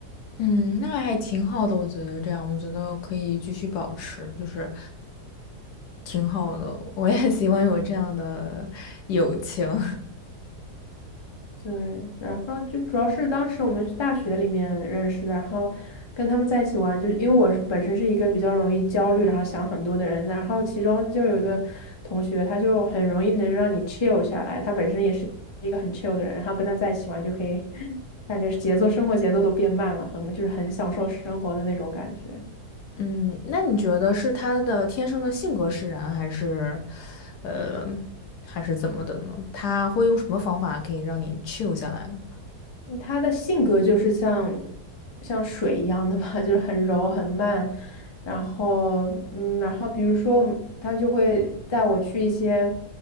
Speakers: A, on the left; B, on the left.
A: 嗯，那还挺好的，我觉得这样，我觉得可以继续保持，就是挺好的。我也 <laughs> 喜欢有这样的友情。<laughs>
B: 对，然后就主要是当时我们是大学里面认识的，然后跟他们在一起玩，就是因为我是本身是一个比较容易焦虑，然后想很多的人，然后其中就有一个同学，他就很容易能让你 chill 下来，他本身也是一个很 chill 的人，然后跟他在一起玩就可以 <laughs>，感觉是节奏，生活节奏都变慢了，很就是很享受生活的那种感觉。
A: 嗯，那你觉得是他的天生的性格使然，还是，呃，还是怎么的呢？他会用什么方法可以让你 chill 下来呢？
B: 嗯他的性格就是像像水一样的吧，<laughs> 就是很柔很慢，然后嗯，然后比如说他就会带我去一些